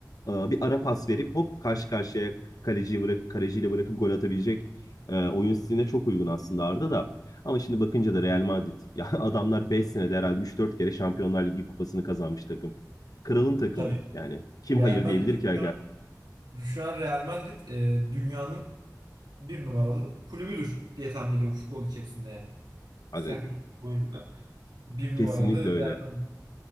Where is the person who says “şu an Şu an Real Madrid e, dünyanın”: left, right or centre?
Right